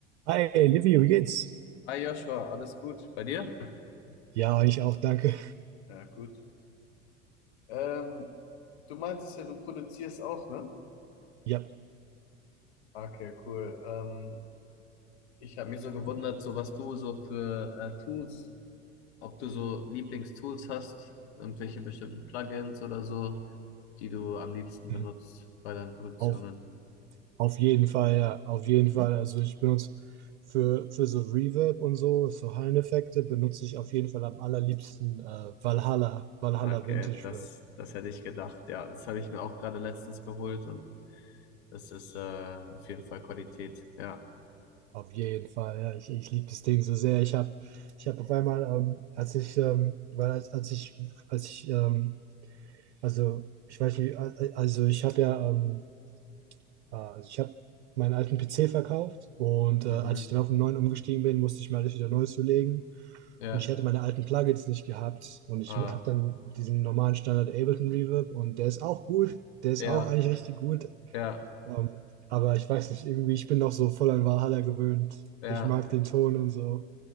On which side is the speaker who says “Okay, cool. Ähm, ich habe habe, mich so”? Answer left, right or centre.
Left